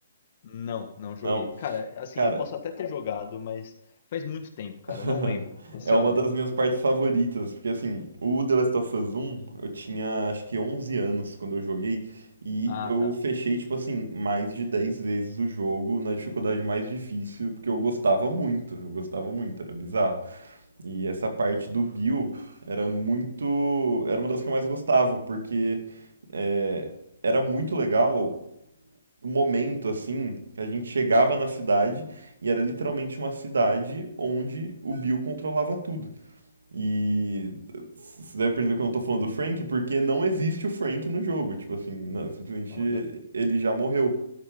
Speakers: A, on the left; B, on the right.
A: Não, não
B: Não.
A: joguei. Cara, assim,
B: Cara,
A: eu posso até ter jogado, mas faz muito tempo, cara,
B: <laughs>
A: eu não lembro. Vou ser
B: É uma
A: honesto.
B: das minhas partes favoritas, porque assim, o The Last of Us 1, eu tinha acho que 11 anos quando eu joguei, e
A: Ah,
B: eu
A: tá.
B: fechei, tipo assim, mais de 10 vezes o jogo na dificuldade mais difícil, porque eu gostava muito, eu gostava muito, era bizarro. E essa parte do Bill era muito, era uma das que eu mais gostava, porque é, era muito legal o momento assim que a gente chegava na cidade e era literalmente uma cidade onde o Bill controlava tudo. E você deve perceber que eu não tô falando do Frank, porque não existe o Frank no jogo. Tipo assim, não, simplesmente
A: Como é que é?
B: ele já morreu.